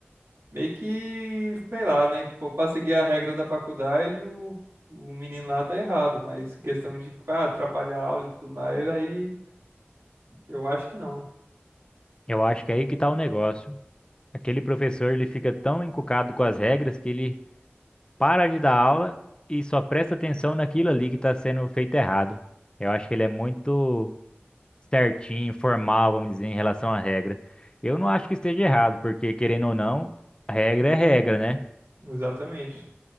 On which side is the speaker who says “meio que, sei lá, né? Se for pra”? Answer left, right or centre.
Right